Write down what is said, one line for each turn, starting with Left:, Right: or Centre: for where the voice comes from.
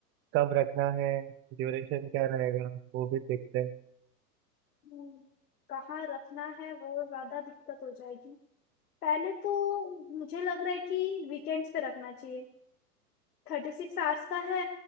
Right: कब रखना है ड्यूरेशन क्या रहेगा वो भी देखते हैं
Left: हम्म, कहाँ रखना है वो ज्यादा दिक्कत हो जाएगी पहले तो मुझे लग रहा है कि वीकेंड्स पे रखना चाहिए थर्टी सिक्स आवर्स का है